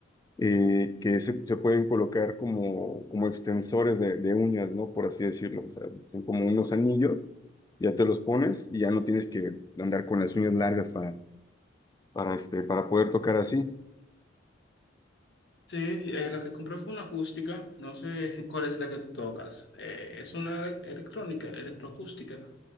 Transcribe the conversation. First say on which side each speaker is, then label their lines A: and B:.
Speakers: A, on the left; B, on the left.
A: eh, que se, se pueden colocar como, como extensores de, de uñas, ¿no? Por así decirlo. O sea, son como unos anillos, ya te los pones y ya no tienes que andar con las uñas largas para, para, este, para poder tocar así.
B: Sí, eh, la que compré fue una acústica. No sé <laughs> cuál es la que tú tocas. Eh, es una ele- electrónica, electroacústica.